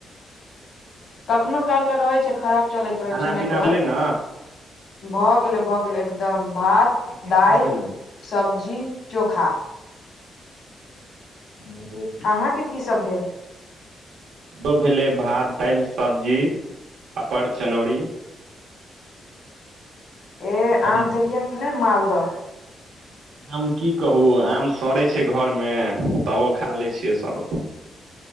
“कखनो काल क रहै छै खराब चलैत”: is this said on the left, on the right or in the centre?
Left